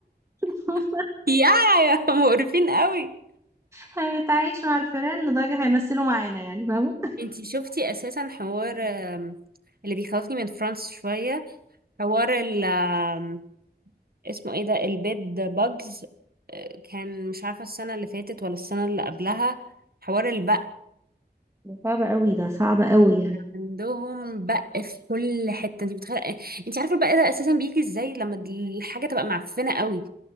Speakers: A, on the right; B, on the right.
A: <laughs>
B: <laughs> يا يا مقرفين قوي
A: هنتعايش مع الفيران لدرجة هيمثلوا معانا يعني فاهمة
B: انتي شفتي اساسا حوار آم، اللي بيخوفني من فرانس شوية حوار ال آم، اسمه ايه ده البيد باجز كان مش عارفة السنة اللي فاتت ولا السنة اللي قبلها حوار البق
A: ده صعب قوي ده صعب قوي يعني
B: عندهم بق في كل حتة انت بتخيل انت عارفة البق ده اساسا بيجي ازاي لما الحاجة تبقى معفنة قوي